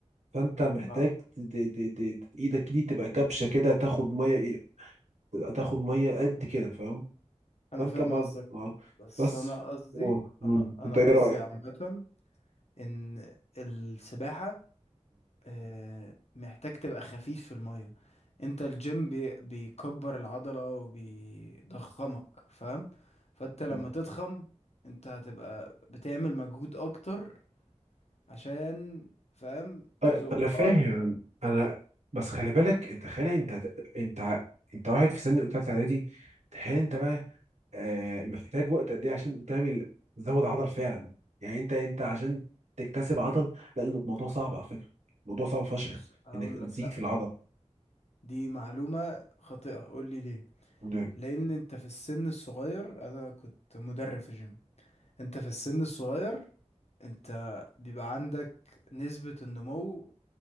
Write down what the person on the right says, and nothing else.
فانت محتاج
ت- ت- ت- ت- ت- ايدك دي تبقى كبشه كده تاخد ميه إيه، تاخد ميه قد كده فاهم
فانت
برضه
اه
بس
أوه، مم.
انت ايه
رايك؟
مم.
أه،
انا فاهم
انا بس خلي بالك انت خلي انت انت انت واحد في سن تالتة اعدادي تخيل انت بقى آه، محتاج وقت قد ايه عشان تعمل تزود عضل فعلا يعني انت انت عشان تكتسب عضل لا الموضوع صعب على فكرة الموضوع صعب فشخ
انك تزيد
في العضل
ده